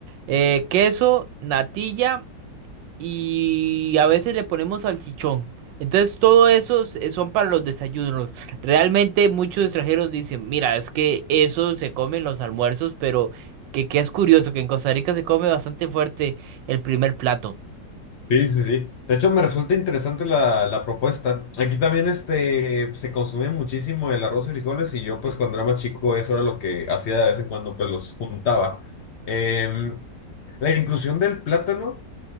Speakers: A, on the right (about 85°); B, on the left (about 60°).
A: eh, queso, natilla y a veces le ponemos salchichón. Entonces todo eso s- eh, son para los desayunos. Realmente muchos extranjeros dicen, mira, es que eso se come en los almuerzos, pero que, que es curioso que en Costa Rica se come bastante fuerte el primer plato.
B: Sí, sí, sí. De hecho, me resulta interesante la, la propuesta. Aquí también este, se consume muchísimo el arroz y frijoles y yo pues cuando era más chico eso era lo que hacía de vez en cuando, pues los juntaba. Em, la inclusión del plátano,